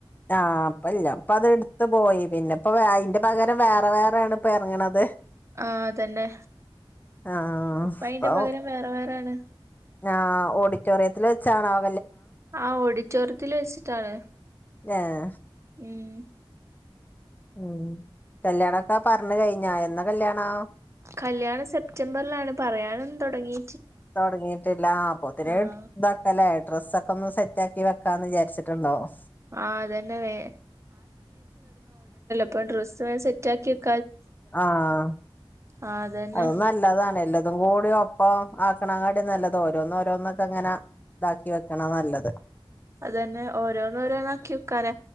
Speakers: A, on the left; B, on the right.
A: ആ ഇപ്പല്ല പ്പത് ഇട്ത്ത് പോയി പിന്നെ പ്പം വേ അയ്ന്റെ പകരം വേറെ വേർ വേണ പ്പ എർങ്ങ്ണത്
B: ആഹ് അതന്നെ
A: ആ
B: ഇപ്പ
A: പ്പം
B: അയിന്റെ പകരം വേറെ വേറെയാണ്
A: ആഹ് ഓഡിറ്റോറിയത്തില് വെച്ചാണാവോ
B: ആ ഒടിറ്റോറിയത്തില് വെച്ചിട്ടാണ്
A: ഏഹ്
B: മ്
A: മ് കല്യാണൊക്കാ പർഞ്ഞ് കഴിഞ്ഞാ എന്നാ കല്യാണം
B: കല്യാണം സെപ്റ്റംബറിലാണ് പറയാനൊന്നും തൊട്ങ്ങീ
A: തൊടങ്ങീട്ടില്ല ആ അപ്പോത്തിന്
B: ആഹ്
A: ദാക്ക ലേ ഡ്രസ്സൊക്കെ ഒന്ന് സെറ്റാക്കി വെക്കാന്ന് വിചാര്ച്ചിട്ടുണ്ടാഉം
B: ആഹ് അതന്നെ വേ പ്പം ഡ്രസ്സ് വേം സെറ്റാക്കി ക്ക
A: ആഹ്
B: ആഹ് അതന്നെ
A: അത് ന്നല്ലതാണ് എല്ലത് തും കൂടി ഒപ്പം ആക്കണാങ്ങാട്ടീം ന്നല്ലത് ഓരോന്ന് ഓരോന്നൊക്ക ങ്ങനെ താക്കി വെക്ക്ണാ ന്നല്ലത്
B: അതന്നെ ഓരോന്ന് ഓരോന്നാക്കി വക്കാന